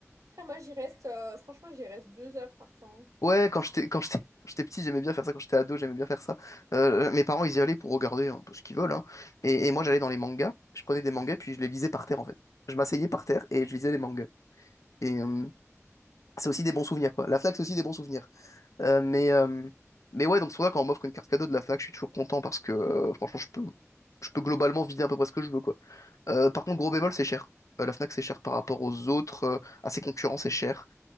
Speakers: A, on the right; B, on the left.
A: après, moi, j'y reste, euh, franchement, j'y reste deux heures parfois. hein.
B: Ouais, quand j'étais quand j'étais quand j'étais petit, j'aimais bien faire ça. Quand j'étais ado, j'aimais bien faire ça. Euh, mes parents, ils y allaient pour regarder un peu ce qu'ils veulent, hein. Et, et moi, j'allais dans les mangas. Je prenais des mangas, puis je les lisais par terre, en fait. Je m'asseyais par terre et je lisais les mangas. Et euh, c'est aussi des bons souvenirs, quoi. La Fnac, c'est aussi des bons souvenirs. Euh, mais euh, mais ouais, donc c'est pour ça quand on m'offre une carte cadeau de la Fnac, je suis toujours content parce que euh, franchement, je peux je peux globalement vider à peu près ce que je veux, quoi. Euh, par contre, gros bémol, c'est cher. Euh, la Fnac, c'est cher par rapport aux autres. euh, à ses concurrents, c'est cher.